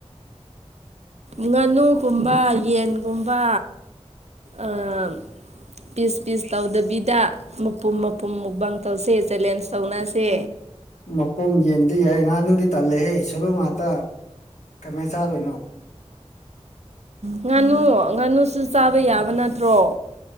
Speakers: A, on the right; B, on the left.
A: ꯉꯥꯅꯨꯒꯨꯝꯕ ꯌꯦꯟꯒꯨꯝꯕ ꯑꯥ ꯄꯤꯁ ꯄꯤꯁ ꯇꯧꯗꯕꯤꯗ ꯃꯄꯨꯝ ꯃꯄꯨꯝ ꯃꯨꯛꯕꯥꯥꯡ ꯇꯧꯁꯦ ꯆꯦꯂꯦꯟꯖ ꯇꯧꯅꯁꯦ
B: ꯃꯄꯣꯝ ꯌꯦꯟꯗꯤ ꯌꯥꯏ ꯉꯥꯅꯨꯗꯤ ꯇꯜꯂꯦꯍꯦ ꯁꯔꯨ ꯉꯥꯛꯇ ꯀꯃꯥꯏꯅ ꯆꯥꯗꯣꯏꯅꯣ
A: ꯉꯥꯅꯨ ꯉꯥꯅꯨꯁꯨ ꯆꯥꯕ ꯌꯥꯕ ꯅꯠꯇ꯭ꯔꯣ